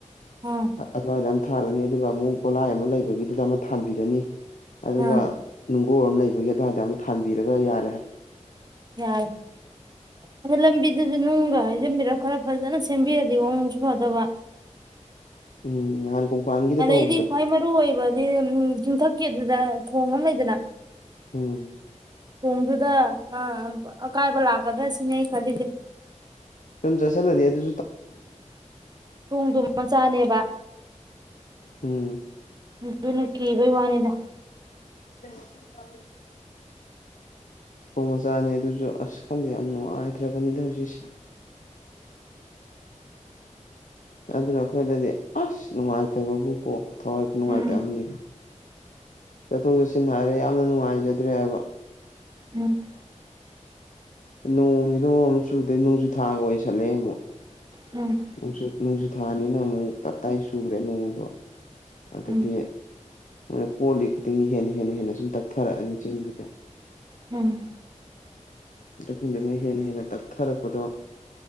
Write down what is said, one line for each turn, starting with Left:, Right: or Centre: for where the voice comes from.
Right: ꯎꯝ
Left: ꯑꯗꯨꯋꯥꯏꯗ ꯑꯃ ꯊꯥꯜꯂꯅꯤ ꯑꯗꯨꯒ ꯑꯃꯨꯛ ꯒꯣꯠꯂꯥꯏ ꯑꯃ ꯂꯩꯕꯒꯤꯗꯨꯗ ꯑꯃ ꯊꯥꯟꯕꯤꯔꯅꯤ ꯑꯗꯨꯒ
Right: ꯑꯥ
Left: ꯅꯨꯡ ꯒꯣꯔ ꯑꯃ ꯂꯩꯕꯒꯤ ꯑꯗꯨꯋꯥꯏꯗ ꯑꯃ ꯊꯥꯟꯕꯤꯔꯒ ꯌꯥꯔꯦ ꯍꯥꯏꯕ
Right: ꯌꯥꯔꯦ ꯑꯗꯣ ꯂꯝꯕꯤꯗꯨꯁꯨ ꯅꯨꯡꯒ ꯍꯥꯏꯖꯤꯟꯕꯤꯔꯒ ꯈꯔ ꯐꯖꯅ ꯁꯦꯝꯕꯤꯔꯗꯤ ꯋꯥꯡꯁꯨ ꯐꯗꯕ
Left: ꯎꯝ ꯀꯣꯡꯄꯥꯟꯒꯤꯗ
Right: ꯑꯗꯩꯗꯤ
Left: ꯇꯧꯕꯗꯣ
Right: ꯈ꯭ꯋꯥꯏ ꯃꯔꯨ ꯑꯣꯏꯕꯗꯤ ꯆꯤꯡꯊꯛ ꯦ ꯑꯗꯨꯗ ꯊꯣꯡ ꯑꯃ ꯂꯩꯗꯅ
Left: ꯎꯝ
Right: ꯊꯣꯡꯗꯨꯗ ꯑ ꯑꯀꯥꯏꯕ ꯂꯥꯛꯀꯗ꯭ꯔꯥ ꯁꯤꯅꯦ ꯈꯜꯂꯤꯁꯦ
Left: ꯁꯣꯝ ꯆ ꯆꯂꯗꯗꯤ ꯑꯗꯨ
Right: ꯊꯣꯡꯗꯨ ꯃꯆꯥꯅꯦꯕ
Left: ꯎꯝ
Right: ꯑꯗꯨꯅ ꯀ ꯩꯕꯥꯅꯤꯗ
Left: ꯐꯦꯁ ꯊꯧ ꯃꯆꯥꯅꯦ ꯑꯗꯨꯁꯨ ꯑꯁ ꯈꯪꯗꯦ ꯑꯨ ꯍꯥꯏꯗ꯭ꯔꯕꯅꯤꯗ ꯍꯧꯖꯤꯛꯁꯦ ꯑꯗꯨꯅ ꯑꯩꯈꯣꯏꯗꯗꯤ ꯑꯁ ꯅꯨꯡꯉꯥꯏꯇꯕꯕꯨ ꯀꯣ ꯊꯋꯥꯏ ꯅꯨꯡꯉꯥꯏꯇꯕꯅꯦꯕ
Right: ꯎꯝ
Left: ꯆꯠꯊꯣꯛ ꯆꯠꯁꯤꯟ ꯍꯥꯏꯔꯦ ꯌꯥꯝꯅ ꯅꯨꯡꯉꯥꯏꯖꯗ꯭ꯔꯦ ꯍꯥꯏꯕ
Right: ꯎꯝ
Left: ꯅꯣꯡꯒꯤ ꯅꯃꯃꯝ ꯆꯨꯗꯩ ꯅꯣꯡꯖꯨ ꯊꯥꯒ ꯑꯣꯏꯁꯜꯂꯛꯦ ꯑꯃꯨꯛ
Right: ꯎꯝ
Left: ꯅꯨꯡꯁꯨꯅꯨꯡꯁꯨ ꯊꯥꯅꯤꯅ ꯑꯃꯨꯛ ꯇꯇꯥꯏ ꯁꯨꯔꯦ ꯅꯣꯡꯗꯣ ꯑꯗ
Right: ꯎꯝ
Left: ꯇ ꯃꯣꯏꯅ ꯀꯣꯜꯂꯤ ꯈꯨꯗꯤꯡꯒꯤ ꯍꯦꯟꯅ ꯍꯦꯟꯅ ꯍꯦꯟꯅ ꯁꯨꯝ ꯇꯞꯊꯔꯛꯑꯅꯤ ꯆꯤꯡꯗꯨꯗꯤ
Right: ꯎꯝ
Left: ꯑ ꯈꯪꯗꯦ ꯃꯣꯏ ꯍꯦꯟꯅ ꯍꯦꯟꯅ ꯇꯛꯊꯔꯛꯄꯗꯣ